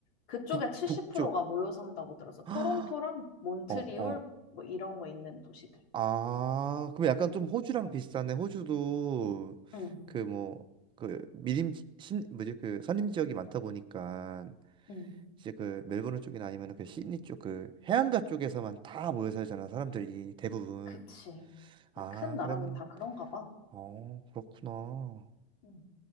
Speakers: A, on the left (about 60°); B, on the right (about 15°).
A: 그쪽에
B: 북,
A: 70%가
B: 북쪽.
A: 모여 산다고 들었어.
B: <gasps>
A: 토론토랑
B: 어,
A: 몬트리올,
B: 어.
A: 뭐 이런 거 있는 도시들.
B: 아, 그럼 약간 좀 호주랑 비슷하네. 호주도
A: 응,
B: 그 뭐, 그 미림, 신, 뭐지? 그 산림 지역이 많다 보니까.
A: 응,
B: 이제 그 멜버른 쪽이나 아니면 그 시드니 쪽 그 해안가 쪽에서만 다 모여 살잖아 사람들이 대부분
A: 그치.
B: 아
A: 큰 나라는
B: 그러면
A: 다 그런가 봐.
B: 어 그렇구나
A: 응,